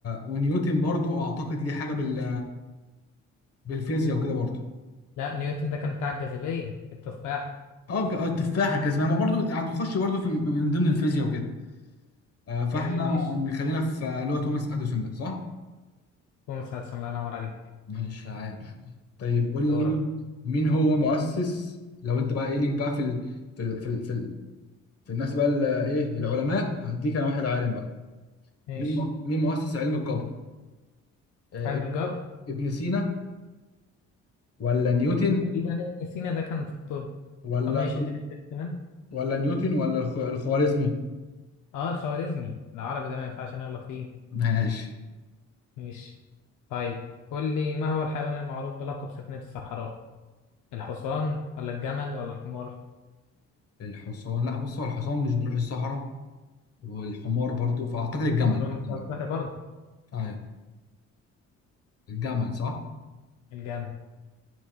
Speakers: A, on the left; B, on the left.
A: ونيوتن برضو اعتقد ليه حاجة بال بالفيزياء وكده برضو
B: لا نيوتن ده كان بتاع الجاذبيه التفاح
A: اه الج- التفاحة الجاذبية ما برضو هتخش برضو في من ضمن الفيزياء وكده آه، فاحنا
B: جميل ماشي
A: نخلينا في اللي هو توماس اديسون ده صح؟
B: توماس اديسون الله ينور عليك
A: مش عارف طيب
B: طيب،
A: قول
B: دورك
A: لي مين هو مؤسس لو انت بقى ايه ليك بقى في ال... في ال... في ال... في, ال... في الناس بقى ال- ايه العلماء هديك انا واحد عالم بقى
B: ماشي
A: مين م... مين مؤسس علم الجبر؟ آه،
B: علم
A: اب-
B: الجبر
A: ابن سينا ولا نيوتن
B: تقريبا ابن سينا ده كان في الطب
A: ولا
B: طب ماشي اديني اختيار كمان
A: ولا نيوتن ولا الخ... الخوارزمي؟
B: اه الخوارزمي العربي ده ما ينفعش نغلط فيه
A: ماشي
B: ماشي طيب قول لي ما هو الحيوان المعروف بلقب سفينة الصحراء الحصان ولا الجمل ولا الحمار
A: الحصان لا بص هو الحصان مش بيروح الصحراء والحمار برضو فاعتقد الجمل
B: اظن
A: <laughs>
B: السؤال سهل برضه
A: طيب الجمل صح؟
B: الجمل